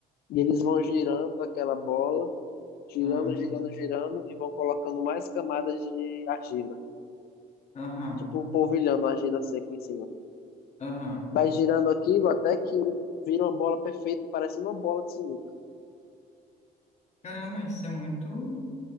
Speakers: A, on the left; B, on the left.
A: E eles vão girando aquela bola, girando,
B: ah,
A: girando, girando, e vão colocando mais camadas de argila.
B: aham,
A: Tipo, um polvilhando a argila seca em cima.
B: aham.
A: Vai girando aquilo até que vira uma bola perfeita, parecendo uma bola de sinuca.
B: Caramba, isso é muito,